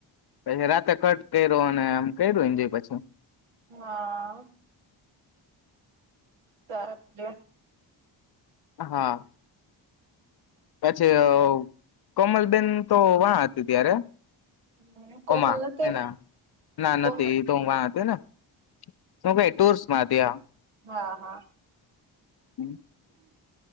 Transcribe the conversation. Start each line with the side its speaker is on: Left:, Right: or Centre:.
Left: પહી રાતે કટ કર્યોને આમ કર્યો એન્જોય પછી
Right: હા શાક જો
Left: હા પછી કોમલબેન તો વા હતું ત્યારે
Right: હમ કોમલ
Left: એમાં
Right: નથી
Left: એના
Right: ને
Left: ના નતી
Right: કોમલ
Left: એ તો વા એને શું કઈ ટૂર્સમાધ્યા.
Right: હા હા
Left: <inaudible>